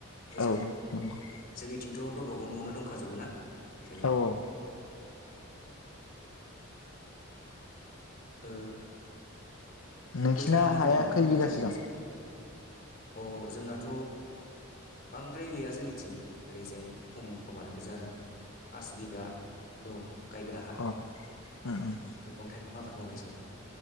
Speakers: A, on the left; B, on the left.
A: ओजों
B: औ नंगौ
A: जोंनिथिं थ गावबा गाव न'वावनो दंखाजोबो ना बेखायनो
B: औ औ
A: <unintelligible> ओ
B: नोंसिना
A: बोथोरा माबायदि
B: हाया
A: नोंथांमोननिथिंलाय
B: खै बिगासो दं?
A: दासान्दि अ जोंनाथ बांद्राय गैया जोंनिथिं ओरैजाय खम खमानो गोजा आरो। पास बिगा दङ। गायग्रा हा,
B: औ उम उम
A: औ मैगं-थाइगं आबाद खौ मावनाय जायो।